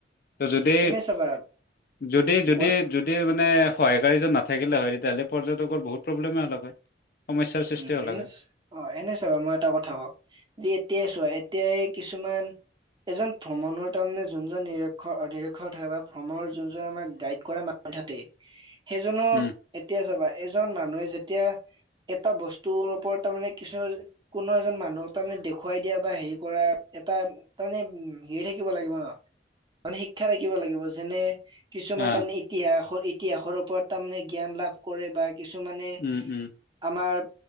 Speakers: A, on the left; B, on the right.
A: ত' যদি
B: উম এনে চাবা
A: -যদি - যদি
B: কোৱা
A: - যদি এই, মানে সহায়কাৰীজন নাথাকিলে হয় তেতিয়াহ'লে পৰ্যটকৰ বহুত প্ৰব্লেমে হলাক হয়। সমস্যাৰ সৃষ্টি
B: উম
A: হ'ল
B: এনে
A: হয়
B: অ' এনে চাবা মই এটা কথা কওঁ যে এতিয়া চোৱা এতিয়া কিছুমান এজন ভ্ৰমণৰ তাৰমানে যোনজন নিৰক্ষৰ অধৰিক্ষক থাকে বা ভ্ৰমণৰ যোনজন আমাক গাইড কৰা মানুহ থাকে। সেইজনৰ
A: উম
B: এতিয়া চাবা। এজন মানুহে যেতিয়া এটা বস্তুৰ ওপৰত তাৰ তাৰমানে কিছু কোনো এজন মানুহক তাৰমানে দেখুৱাই দিয়া বা হেৰি কৰা এটা তাৰমানে হেৰি থাকিব লাগিব ন, মানে শিক্ষা থাকিব লাগিব যেনে কিছুমান
A: অ
B: তাৰমানে ইতিহাস ইতিহাসৰ ওপৰত তাৰমানে জ্ঞান লাভ কৰে বা কিছুমানে
A: উম উম
B: আমাৰ